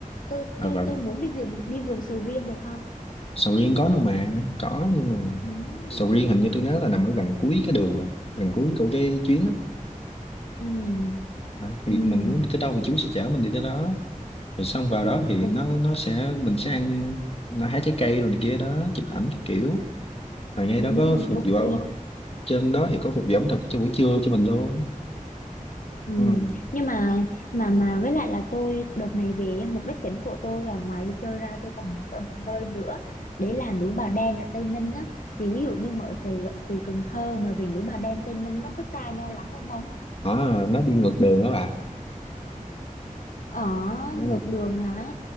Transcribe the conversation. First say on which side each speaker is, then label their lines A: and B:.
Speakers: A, on the left; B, on the left.
A: tôi
B: à,
A: tôi
B: và
A: tôi muốn đi vườn đi vườn sầu riêng được không
B: sầu riêng có luôn mà có nhưng mà
A: Ừm,
B: sầu riêng hình như tôi nhớ là nằm ở gần cuối cái đường là gần cuối của cái chuyến á
A: ừm,
B: Đó, thì
A: ừm.
B: mình muốn đi tới đâu thì chú sẽ chở mình đi tới đó rồi xong vào đó thì
A: Ừ,
B: nó nó sẽ mình sẽ ăn nó hái trái cây rồi này kia đó chụp ảnh cái kiểu rồi ngay
A: ừ,
B: đó có phục
A: ok
B: vụ trên đó thì có phục vụ ẩm thực cho buổi trưa cho mình luôn
A: ừ.
B: Ừ.
A: nhưng mà mà mà với lại là tôi đợt này về á, mục đích chính của tôi là ngoài đi chơi ra tôi còn muốn tới một nơi nữa đấy là núi Bà Đen ở Tây Ninh á thì ví dụ như mà ở Sài Gòn, từ Cần Thơ mà về núi Bà Đen Tây Ninh nó có xa nhau lắm không ông
B: à, nó đi ngược đường đó bà
A: ở
B: Ừ.
A: ngược đường hả